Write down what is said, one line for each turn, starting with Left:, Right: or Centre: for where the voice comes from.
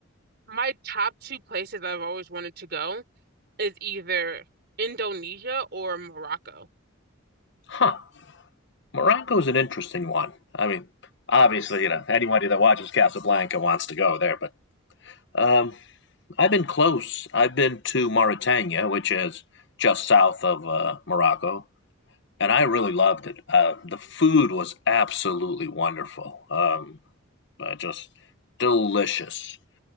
Right: My top two places I've always wanted to go is either Indonesia or Morocco.
Left: Huh. Morocco is an interesting one. I mean, obviously, you know, anybody that watches Casablanca wants to go there, but um, I've been close. I've been to Mauritania, which is just south of uh, Morocco, and I really loved it. Uh, the food was absolutely wonderful. Um, uh, just delicious.